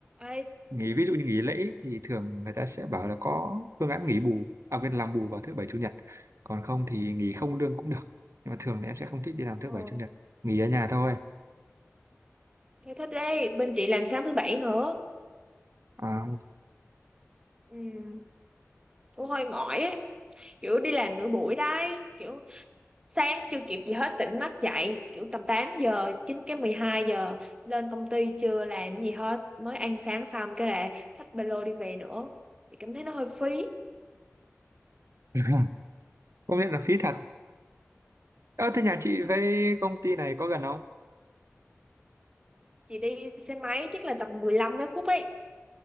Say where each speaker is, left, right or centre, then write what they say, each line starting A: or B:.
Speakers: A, on the right; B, on the right.
A: Ê,
B: nghỉ ví dụ như nghỉ lễ thì thường người ta sẽ bảo là có phương án nghỉ bù à quên làm bù vào thứ bảy chủ nhật còn không thì nghỉ không lương cũng được nhưng mà thường thì em sẽ không thích đi làm thứ
A: ờ,
B: bảy chủ nhật nghỉ ở nhà thôi
A: thế thích đi, bên chị làm sáng thứ bảy nữa.
B: à,
A: Ừ, cũng hơi mỏi ấy, kiểu đi làm nửa buổi đấy, kiểu sáng chưa kịp gì hết tỉnh mắt dậy, kiểu tầm 8 giờ, 9 cái 12 giờ lên công ty chưa làm gì hết, mới ăn sáng xong cái là xách ba lô đi về nữa. Chị cảm thấy nó hơi phí.
B: <laughs> công nhận là phí thật ơ thế nhà chị với công ty này có gần không
A: Chị đi xe máy chắc là tầm 15 mấy phút ấy.